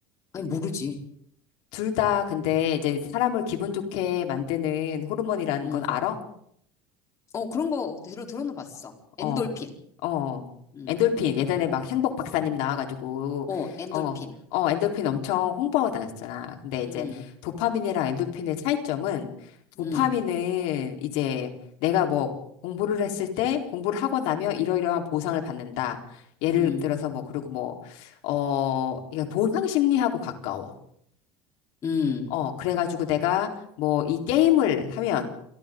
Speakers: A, on the left (about 25°); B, on the left (about 60°).
A: 아니, 모르지.
B: 둘 다 근데 이제 사람을 기분 좋게 만드는 호르몬이라는
A: 응.
B: 건 알아?
A: 어, 그런 거 들어, 들어는 봤어.
B: 어,
A: 엔돌핀.
B: 어,
A: 응.
B: 엔돌핀. 예전에 막 행복 박사님 나와가지고,
A: 어, 엔돌핀.
B: 어, 어, 엔돌핀 엄청 홍보하고 다녔잖아. 근데 이제
A: 응,
B: 도파민이랑 엔돌핀의 차이점은 도파민은
A: 응,
B: 이제 내가 뭐 공부를 했을 때 공부를 하고 나면 이러이러한 보상을 받는다. 예를
A: 응,
B: 들어서 뭐, 그리고 뭐, 어, 이게 보상 심리하고 가까워.
A: 응,
B: 어, 그래가지고 내가 뭐 이 게임을 하면